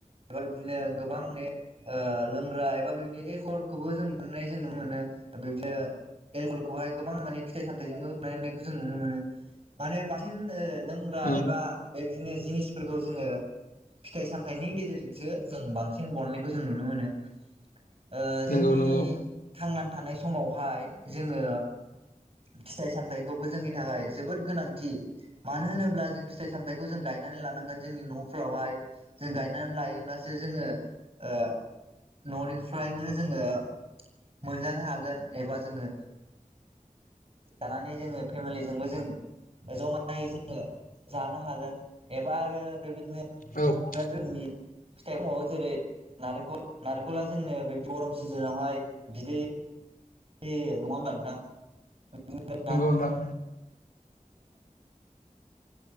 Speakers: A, on the right; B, on the left.
A: बेफोर बायदिनो गोबां ने ओ-लोंग्रा एबा बेबादिनो एलकहलखौबो जों बानायनाय जों नुनो मोनो बिदिनो। एलकहलखौहाय गोबां माने फिथाइ सामथाइजोंबो बानायनायखौ जों नुनो मोनो माने बांसिन ओ- लोंग्रा
B: उम
A: एबा बेबायदिनो जिनिसफोरखौ जोङो फिथाइ सामथाइनि गेजेरज जो-जों बांसिन बहननायखौ जों नुनो मोनो। ओ-जोंनि
B: नंगौ नंगौ औ
A: थांना थानाय समावहाय जोङो फिथाइ सामथाइखौबो जोंनि थाखाय जोबोद गोनांथि। मानो होनोब्ला जों फिथाइ सामथाइखौ जों गायनानै लानांगोन जोंनि न'फोरावहाय जों गायनानै लायो। अब्लासो जोङो ओ न'निफ्रायनो जोङो मोनजानो हागोन एबा जोङो। जानानै जोङो फेमिलिजोंबो जों। जमायै जोङो जानो हागोन एबा आरो बेबाय दिनो
B: नंगौ
A: जोंनि फिथाइ दंबावो जेरै नारेंखल नारेंखला जोंनो बिबादि गरम सिजोनावहाय बिदै। ए नङा होनबा नोथां <unintelligible> <unintelligible>
B: नोंथां